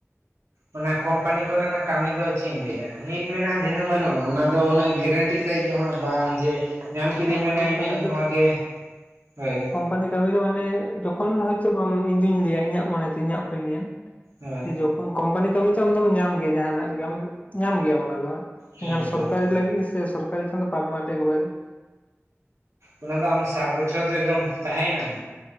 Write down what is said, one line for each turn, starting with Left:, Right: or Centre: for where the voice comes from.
Right: ᱚᱱᱟ ᱠᱳᱢᱯᱟᱱᱤ ᱠᱚ ᱨᱮᱱᱟᱜ ᱠᱟᱹᱢᱤ ᱫᱚ ᱪᱮᱫ ᱤᱧ ᱞᱟᱹᱭᱟ ᱾ ᱱᱤᱛ ᱢᱮᱱᱟᱜᱼᱟ, ᱫᱷᱤᱱᱟᱹᱝ ᱵᱟᱹᱱᱩᱜᱼᱟ ᱚᱱᱟ ᱫᱚ ᱩᱱᱟᱹᱜ ᱜᱮᱨᱮᱱᱴᱤ ᱼᱼ ᱥᱟᱺᱦᱤᱡ ᱫᱚ ᱦᱟᱸᱜ ᱵᱟᱝ ᱡᱮ, ᱧᱟᱢ ᱠᱤᱫᱟᱹᱧ
Left: ᱠᱳᱢᱯᱟᱱᱤ
Right: ᱢᱟᱱᱮ ᱤᱧᱟᱹᱜ
Left: ᱠᱟᱹᱢᱤ
Right: ᱱᱚᱣᱟ ᱜᱮ ᱦᱳᱭ ᱼᱼ
Left: ᱟᱱᱟ ᱠᱟᱹᱢᱤ ᱫᱚ ᱢᱟᱱᱮ ᱡᱚᱠᱷᱚᱱ ᱦᱚᱭᱛᱚ ᱤᱧ ᱫᱩᱧ ᱞᱟᱹᱭᱟ ᱤᱧᱟᱹᱜ ᱢᱚᱱᱮ ᱛᱮ ᱤᱧᱟᱜ ᱚᱯᱤᱱᱤᱭᱚᱱ ᱾
Right: ᱦᱳᱭ
Left: ᱡᱚᱠᱷᱚᱱ ᱠᱳᱢᱯᱟᱱᱤ ᱠᱟᱹᱢᱤ ᱛᱚ ᱟᱢ ᱫᱚᱢ ᱧᱟᱢ ᱜᱮᱭᱟ, ᱡᱟᱦᱟᱱᱟᱜ ᱨᱮᱜᱮ ᱟᱢ ᱧᱟᱢ ᱜᱮᱭᱟᱢ ᱚᱱᱟ ᱫᱚ ᱦᱟᱸᱜ ᱾
Right: ᱦᱳᱭ
Left: ᱮᱱᱠᱷᱟᱱ
Right: ᱮᱠᱫᱚᱢ
Left: ᱥᱚᱨᱠᱟᱨᱤ ᱞᱟᱹᱜᱤᱫ ᱥᱮ ᱥᱚᱨᱠᱟᱨᱤ ᱠᱷᱟᱱ ᱯᱟᱨᱢᱟᱱᱮᱱᱴ ᱮᱠ ᱵᱟᱨᱮ ᱾
Right: ᱚᱱᱟ ᱫᱚ ᱟᱢ ᱥᱟᱴ ᱵᱚᱪᱷᱚᱨ ᱫᱚ ᱮᱠᱫᱚᱢ ᱛᱟᱸᱦᱮᱭᱮᱱᱟᱢ,